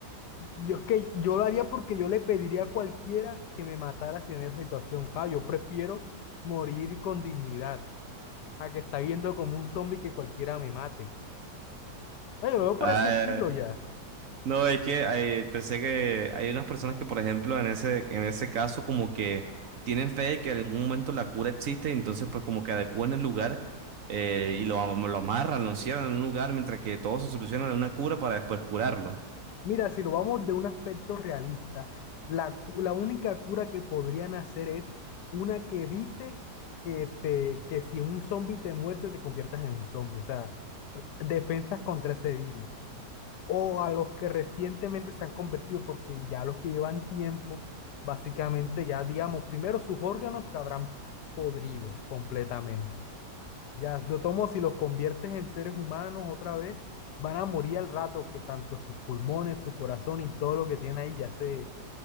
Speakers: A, on the left; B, on the right.
A: Yo es que yo lo haría porque yo le pediría a cualquiera que me matara si en esa situación. Claro, yo prefiero morir con dignidad a que está viendo como un zombie que cualquiera me mate. Ah, yo lo veo por
B: Ah,
A: ese estilo ya.
B: no, es que eh, pensé que hay unas personas que, por ejemplo, en ese, en ese caso, como que tienen fe de que en algún momento la cura existe y entonces, pues, como que adecúan el lugar eh, y lo, am- lo amarran, lo encierran en un lugar mientras que todo se soluciona en una cura para después curarlo.
A: Mira, si lo vamos de un aspecto realista, la, cu- la única cura que podrían hacer es una que evite que, te, que si un zombie te muerde te conviertas en un zombie. O sea, defensas contra ese virus. o a los que recientemente se han convertido, porque ya los que llevan tiempo, básicamente ya, digamos, primero sus órganos se habrán podrido completamente. Ya, de tomo, si los conviertes en seres humanos otra vez, van a morir al rato que tanto sus pulmones, su corazón y todo lo que tiene ahí ya se,